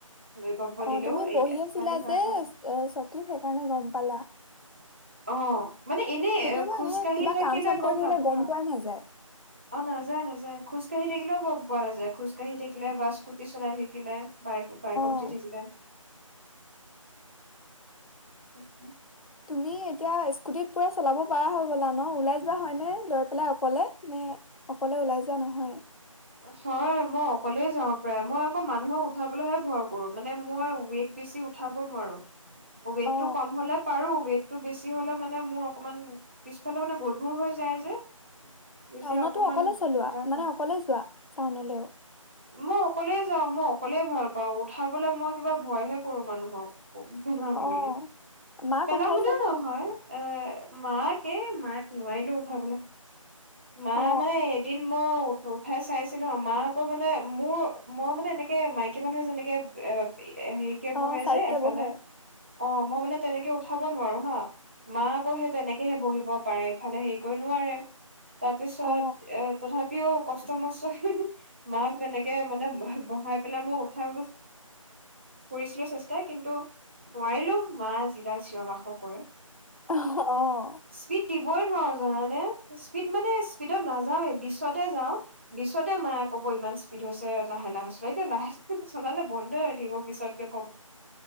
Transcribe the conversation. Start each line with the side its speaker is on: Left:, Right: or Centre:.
Right: ভূমিকম্প
Left: অ
Right: দিলেও
Left: তুমি
Right: এই
Left: বহি আছিলা
Right: কালি সাৰ
Left: যে
Right: পালে
Left: চকীত সেইকাৰণে গম পালা
Right: অ মানে এনেই
Left: কেতিয়াবা
Right: খোজ
Left: এনে
Right: কাঢ়ি
Left: কিবা
Right: থাকিলে
Left: কাম চাম
Right: গম
Left: কৰি থাকিলে
Right: নাপোৱা
Left: পোৱাই নাযায়
Right: অ নাযায় নাযায় খোজকাঢ়ি থাকিলেও গ'ম পৰা নাযায় খোজকাঢি থাকিলে বা স্কুটি চলাই থাকিলে বাইক বাইকৰ
Left: অ
Right: যি উঠি থাকিলে তাকে
Left: তুমি এতিয়া স্কুটিত পুৰা চলাব পৰা হৈ গ'লা ন ওলাই কিবা হয় নে লৈ পেলাই অকলে নে অকলে ওলাই যোৱা নহয়
Right: হয় মই অকলে যাও প্ৰায় মই আকৌ মানুহক উঠাবলৈহে ভয় কৰো মানে মই ৱেইট বেছি উঠাব নোৱাৰো ৱেইট
Left: অ
Right: টো কম হলে পাৰো ৱেইট টো বেছি হলে মানে মোৰ অকমান পিছফালে মানে গধুৰ হৈ যায় যে তেতিয়া
Left: টাউনতো
Right: অকমান
Left: অকলে চলোৱা
Right: দিগদাৰ হয়
Left: মানে অকলে যোৱা টাউনলৈও
Right: মই অকলে যাওঁ মই অকলে ভাল পাওঁ উঠাবলে মই কিবা ভয় হে কৰো মানুহক পেলাম বুলি
Left: অ মাক
Right: পেলা
Left: উঠাইছানে
Right: বুলিও নহয় এ মাকে মাক নোৱাৰিলো উঠাবলে মা
Left: অ
Right: মানে এদিন মোৰ <unintelligible> কোঠাই চাইছিলো মা আকৌ মানে মোৰ মই মানে এনেকে মাইকী মানুহে যেনেকে এ হেৰিকে বহে
Left: অ চাইডকে
Right: যে এফালে
Left: বহে
Right: অ মই মানে তেনেকে পঠাব নোৱাৰো হা মা আকৌ সে তেনেকেহে বহিব পাৰে ইফালে হেৰি কৰি নোৱাৰে তাৰপিছত
Left: অ
Right: এ তথাপি দু কষ্ট মষ্ট মাক তেনেকে মানে বহাই পেলাই মই উঠাই কৰিছিলো চেষ্টা কিন্তু নোৱাৰিলেও মা যিডাল চিঞৰ বাসৰ কৰে
Left: আহ
Right: স্পীড দিবই নোৱাৰো জানানে স্পীড মানে স্পীডত নাযাও এ বিশছতে যাওঁ বিশছতে মায়ে কব ইমান স্পীড হৈছে লাহে লাহে চ এতিয়া লাহে চলালে বন্ধে হৈ থাকিব পিছতকে ক